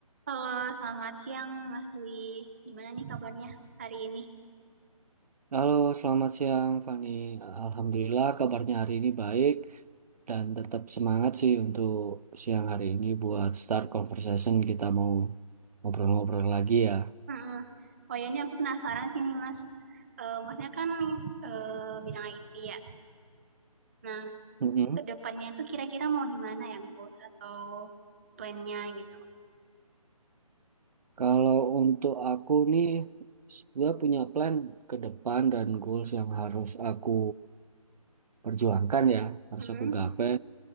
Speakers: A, on the right; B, on the right.
A: Halo, selamat siang Mas Dwi. Gimana nih kabarnya hari ini?
B: Halo, selamat siang Fani. Alhamdulillah kabarnya hari ini baik dan tetap semangat sih untuk siang hari ini buat start conversation kita mau ngobrol-ngobrol lagi ya.
A: Mm-mm. Oh ya, ini aku penasaran sih nih Mas. Eh, masnya kan eh, bidang IT ya. Nah,
B: Mm-mm.
A: ke depannya itu kira-kira mau di mana ya goals atau plannya gitu?
B: Kalau untuk aku nih sudah punya plan ke depan dan goals yang harus aku perjuangkan ya, harus
A: Mm-mm.
B: aku gapai.